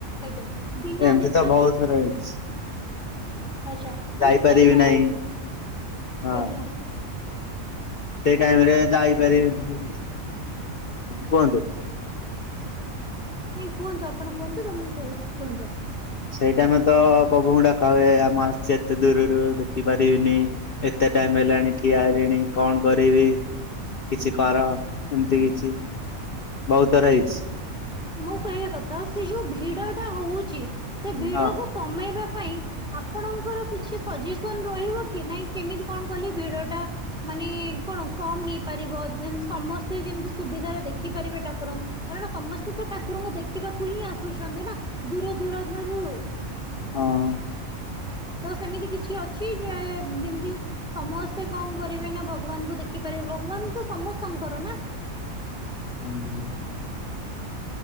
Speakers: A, in the centre; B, on the left.
A: ଆଜ୍ଞା ବିନା
B: ଏମିତି
A: ଦେ
B: ତ ବହୁତ ଥର ହେଇଛି।
A: ଆଚ୍ଛା। ମାନେ
B: ଯାଇପାରିବି
A: ସେଇ ଟାଇମ୍
B: ନାହିଁ। ହଁ
A: ଆଜ୍ଞା।
B: ସେଇ ଟାଇମ୍ ରେ ଯାଇପାରିବେ କୁହନ୍ତୁ।
A: ନାଇଁ କୁହନ୍ତୁ ଆପଣ କୁହନ୍ତୁ ତ ମୁଁ କହୁଛଛି କୁହନ୍ତୁ ଆପଣ।
B: ସେଇଟା ଆମେ ତ ପ୍ରଭୁଙ୍କୁ ଡାକା ହୁଏ ଆମ ଆସିଛି ଏତେ ଦୂରରୁ ଦେଖିପାରିବିନି। ଏତେ ଟାଇମ୍ ହେଲାଣି ଠିଆ ହେଲେଣି କଣ କରିବି? କିଛି କର ଏମିତି କିଛି। ବହୁତ ଥର
A: ଆଚ୍ଛା
B: ହେଇଛି।
A: ମୁଁ କହିବା କଥା ସେ ଯୋଉ ଭିଡ ଟା ହଉଛି ସେ ଭିଡକୁ
B: ହଁ
A: କମେଇବା ପାଇଁ। ଆପଣଙ୍କର କିଛି ସଜେସନ୍ ରହିବ କି ନାଇଁ କେମିତି କଣ କଲେ ଭିଡଟା ମାନେ କଣ କମ ହେଇପାରିବ ଯେ ସମସ୍ତେ ଯେମତି ସୁବିଧାରେ ଦେଖିପାରିବେ ଠାକୁ ଠାକୁରଙ୍କୁ କାରଣ ସମସ୍ତେ ତ ଠାକୁରଙ୍କୁ ଦେଖିବାକୁ ହିଁ ଆସୁଛନ୍ତି ନା ଦୂର ଦୂର ଦରରୁ।
B: ହଁ।
A: ତ ସେମିତି କିଛି ଅଛି ଯେ ଯେମିତି ସମସ୍ତେ କଣ କରିବେ ନା ଭଗବାନଙ୍କୁ ଦେଖିପାରିବେ ଭଗବାନ ତ ସମସ୍ତଙ୍କର ନା।
B: ହଁ।